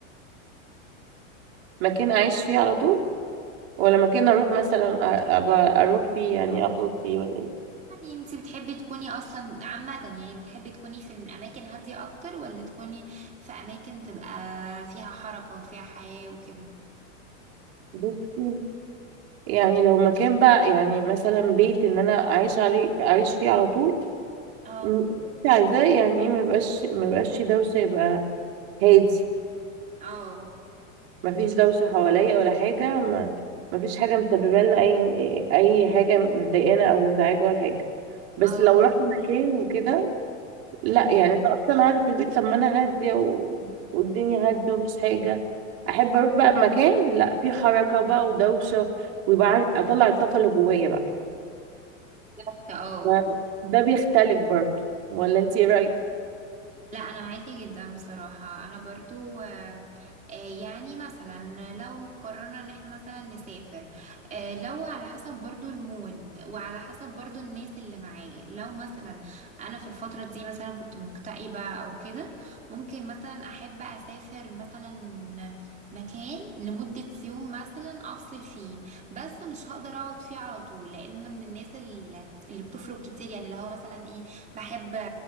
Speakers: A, on the right; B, on the right.
A: مكان اعيش فيه على طول ولا مكان اروح مثلا أ- أبقى اروح فيه يعني اخرج فيه ولا ايه
B: يعني انت بتحبي تكوني اصلا عامة يعني بتحبي تكوني في الاماكن هادية اكتر ولا تكوني في اماكن تبقى فيها حركة وفيها حياة وكده
A: بصي يعني لو مكان بقى يعني مثلا بيت ان انا اعيش عليه اعيش فيه على طول
B: اه
A: م- عايزاه يعني ايه ما يبقاش ما يبقاش فيه دوشه يبقى هادي
B: اه
A: ما فيش دوشه حواليا ولا حاجه ما ما فيش حاجه مسببه لنا اي اي حاجه مضايقانا او انزعاج ولا حاجه بس
B: اه
A: لو رحت
B: اه
A: مكان وكده لا
B: مم.
A: يعني انا اصلا قاعده في البيت طب ما انا هاديه و... والدنيا هاديه ومفيش حاجه احب اروح بقى مكان لا فيه حركه بقى ودوشه ويبقى عن- اطلع الطاقه اللي جوايا بقى
B: بالظبط اه
A: ما- ده بيختلف برضه ولا انت ايه رأيك
B: لا انا معاكي جدا بصراحة انا برضو آه، آه، يعني مثلا لو قررنا ان احنا مثلا نسافر آه، لو على حسب برضو المود وعلى حسب برضو الناس اللي معايا لو مثلا انا في الفترة دي مثلا كنت مكتئبة او كده ممكن مثلا احب اسافر مثلا مكان لمدة يوم مثلا افصل فيه بس مش هقدر اقعد فيه على طول لان انا من الناس اللي اللي بتفرق كتير يعني لو هو مثلا ايه بحب